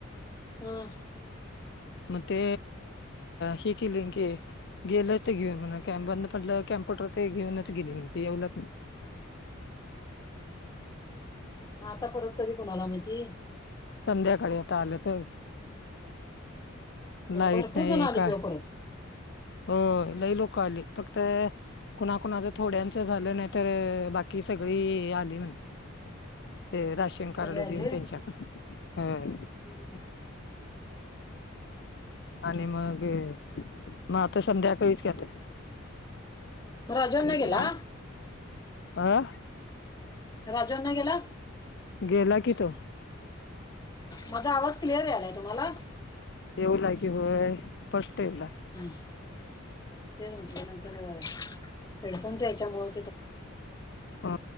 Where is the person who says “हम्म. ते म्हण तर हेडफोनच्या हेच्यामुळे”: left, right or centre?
Left